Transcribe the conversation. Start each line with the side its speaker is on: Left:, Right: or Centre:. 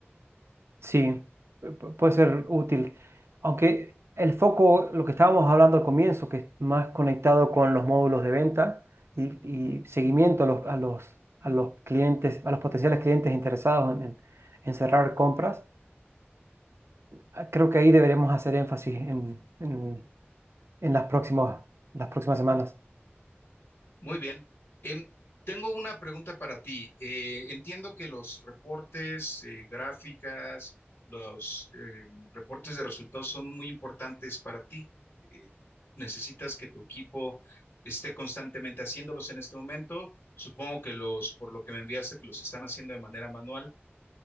Right: Sí, eh, pu- puede ser útil. Aunque el foco, lo que estábamos hablando al comienzo, que es más conectado con los módulos de venta y, y seguimiento a los, a los, a los clientes, a los potenciales clientes interesados en, en- en cerrar compras, ah, creo que ahí deberemos hacer énfasis en, en- en las próximas, las próximas semanas.
Left: Muy bien. Em, tengo una pregunta para ti. Eh, entiendo que los reportes, eh, gráficas, los eh, reportes de resultados son muy importantes para ti. Eh, necesitas que tu equipo esté constantemente haciéndolos en este momento. Supongo que los, por lo que me enviaste, que los están haciendo de manera manual.